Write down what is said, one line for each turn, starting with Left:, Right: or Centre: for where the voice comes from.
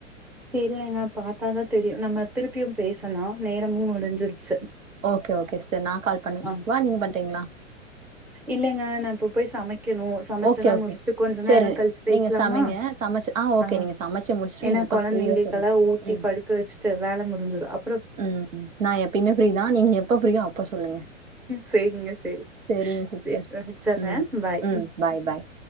Centre: இல்லங்க பாத்தா தா தெரியும் நம்ம திருப்பியும் பேசலா நேரமும் முடிஞ்சிருச்சு
Right: ஓகே ஓகே சிஸ் டர் நா கால் பண்ணவா
Centre: ஆ
Right: நீங்க பண்றீங்களா
Centre: இல்லங்க நா இப்ப போய் சமைக் கனும் சமைச்சுலா
Right: ஓகே ஓகே
Centre: முடிச்சுட்டு கொஞ்ச
Right: சரி
Centre: நேரம் கழிச்சு பேசலாமா
Right: நீங்க சமைங்க சமைச்சு ஆ ஓகே
Centre: அ
Right: நீங்க சமைச்சு முடிச்சுட்டு
Centre: என்னா
Right: நீங்க எப்ப
Centre: கொழந்தைங்கெல்லா
Right: ஃப்ரீயோ சொல்லுங்க
Centre: ஊட்டி
Right: ம்
Centre: படுக்க வச்சுட்டு வேலை முடிஞ்சிடும் அப்
Right: ம் நா எப்பயுமே ஃப்ரீதா நீங்க எப்ப ஃப்ரீயோ அப்ப சொல்லுங்க
Centre: சேரிங்க சேரி
Right: சேரிங்க சிஸ்டர்
Centre: சேரி வச்சர்றேன்
Right: ம்
Centre: பாய்
Right: ம் பாய் பாய்.